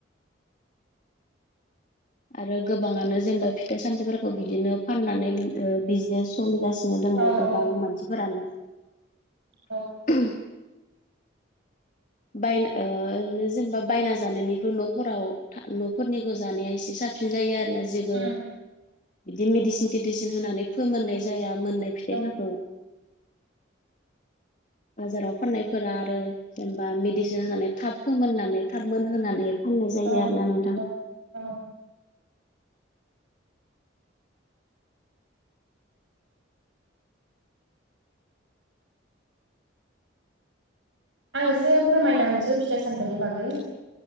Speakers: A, on the left; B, on the right.
A: आरो गोबाङानो जेनेबा फिथाइ सामथायाइफोरखौ बिदिनो फाननानै बिजनेस सोलिगासिनो नो दोङो
B: औ
A: गोबां
B: औ
A: मानसिफोरानो।
B: औ
A: बायना ओरैनो जेनेबा बायना जानायनिख्रु न'फोराव न'फोरनिखौ जानाया एसे साब सिन जायो आरोना जेबो
B: उम
A: बिदिनो मेदिसिन थेदिसिन होनानै फोमोननाय जाया। मोननाय फिथाइफोरखौ।
B: औ
A: बाजाराव फाननायफोरा आरो जेनब बा मेडिसिन होनानै थाब फोमोननानै थाब मोनहोनानै फाननाय जायो
B: औ
A: आरोना नोंथां।
B: औ औ आं एसे फोरमायना होनसै फिथाइ- सामथायाइनि बागै।